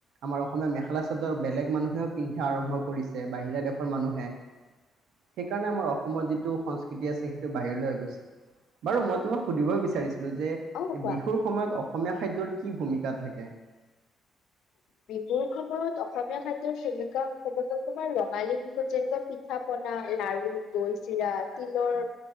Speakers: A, on the right; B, on the left.
A: আমাৰ অসমীয়া মেখেলা-চাদৰ বেলেগ মানুহেও পিন্ধা আৰম্ভ কৰিছে বাহিৰা দেশৰ মানুহে। সেইকাৰণে আমাৰ অসম অসমৰ যিটো সংস্কৃতি আছে, সেইটো বাহিৰলৈ হৈ গৈছে বাৰু মই তোমাক সুধিব বিচাৰিছো যে
B: অ কোৱা
A: বিহুৰ সময়ত অসমীয়া খাদ্যৰ কি ভূমিকা থাকে। <inaudible>
B: বিহুৰ সময়ত অসমীয়া খাদ্যৰ ভূমিকা হ'ব পাৰে তোমাৰ ৰঙালী বিহুত যেনেকুৱা পিঠা-পনা, লাৰু, দৈ চিৰা, তিলৰ